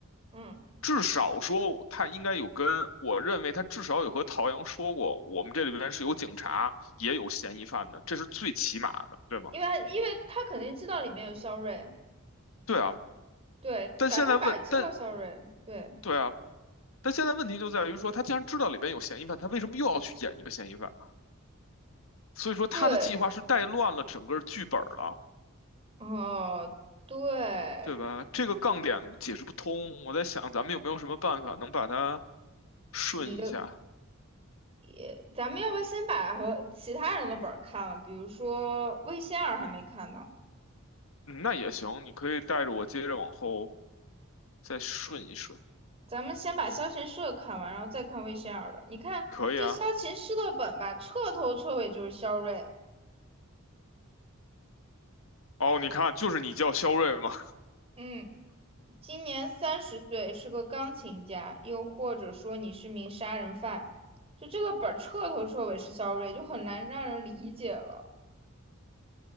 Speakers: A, on the right; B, on the left.
A: 嗯，
B: 至少说他应该有跟，我认为他至少有和陶阳说过，我们这里边是有警察，也有嫌疑犯的，这是最起码的，对吗？
A: 因为因为他肯定知道里面有肖睿。
B: 对啊。
A: 对，
B: 但现在问，
A: 百分百知道肖
B: 但
A: o 对
B: 对啊，但现在问题就在于说，他既然知道里边有嫌疑犯，他为什么又要去演一个嫌疑犯？所以说他的计划是带乱了整个剧本了，
A: 对，哦，对，
B: 对吧？这个杠点解释不通。我在想，咱们有没有什么办法能把它顺一下？
A: 你的也，咱们要不要先把和其他人的本儿看了？比如说魏仙儿还没看呢，
B: 嗯，那也行，你可以带着我接着往后再顺一顺，
A: 咱们先把萧琴师的看完，然后再看魏仙儿的。你看这萧琴师的本吧，
B: 可以啊。
A: 彻头彻尾就是肖睿，
B: 哦，你看，就是你叫肖瑞吗？
A: 嗯，今年三十岁，是个钢琴家，又或者说你是名杀人犯，就这个本儿彻头彻尾是肖睿，就很难让人理解了。